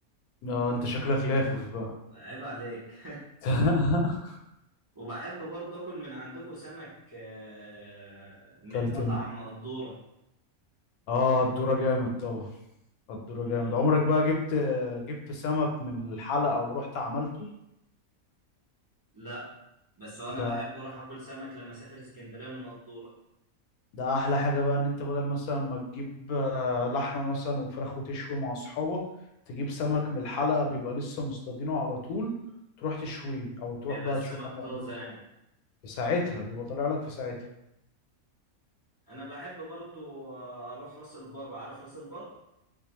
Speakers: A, on the left (about 85°); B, on the right (about 30°).
A: اه انت شكلك لافف بقى
B: عيب عليك
A: <laughs>
B: <laughs> وبحب برضو أكل من عندكم سمك آه، من
A: كلت
B: مطعم
A: م-
B: قدورة
A: اه الدورة جامد طبعا الدورة جامد عمرك بقى جبت جبت سمك من الحلقة ورحت عملته
B: لا بس هو
A: ده
B: أنا بحب أروح أكل سمك لما أسافر إسكندرية من قدورة
A: ده احلى حاجه بقى ان انت بدل مثلا ما تجيب آه، لحمه مثلا وفراخ وتشوي مع اصحابك تجيب سمك من الحلقه بيبقى لسه مصطادينه على طول تروح تشويه او تروح
B: بيبقى
A: بقى
B: السمك
A: تشوف هتعمله
B: طازة
A: ازاي
B: يعني
A: في ساعتها بيبقى طالع لك في ساعتها
B: أنا بحب برضو آه، أروح راس البر عارف راس البر؟